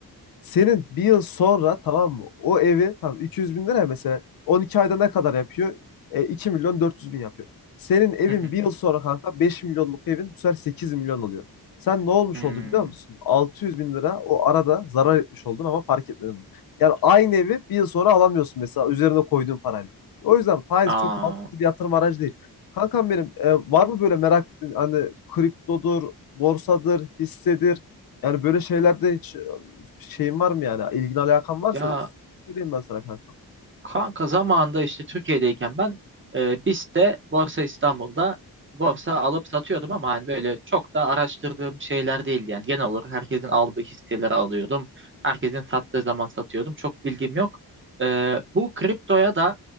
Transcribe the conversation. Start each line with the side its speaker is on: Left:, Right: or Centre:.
Left: senin bir yıl sonra tamam mı? O evi tamam 200 bin lira mesela 12 ayda ne kadar yapıyor? E, 2 milyon 400 bin yapıyor. Senin evin
Right: hı hı,
Left: bir yıl sonra kanka 5 milyonluk evin bu sefer 8 milyon oluyor. Sen ne olmuş
Right: hı.
Left: oldu biliyor musun? 600 bin lira o arada zarar etmiş oldun ama fark etmedin bunu. Yani aynı evi bir yıl sonra alamıyorsun mesela üzerine koyduğun parayla. O yüzden faiz
Right: Aa,
Left: çok mantıklı bir yatırım aracı değil. Kankam benim e, var mı böyle merak ettiğin hani kriptodur, borsadır, hissedir yani böyle şeylerde hiç şeyin var mı yani? İlgin alakan varsa
Right: ya
Left: söyleyeyim ben sana kanka.
Right: Kanka zamanında işte Türkiye'deyken ben e, BIST'te Borsa İstanbul'da borsa alıp satıyordum ama hani böyle çok da araştırdığım şeyler değildi. Yani genel olarak herkesin aldığı hisseleri alıyordum. Herkesin sattığı zaman satıyordum. Çok bilgim yok. E, bu kriptoya da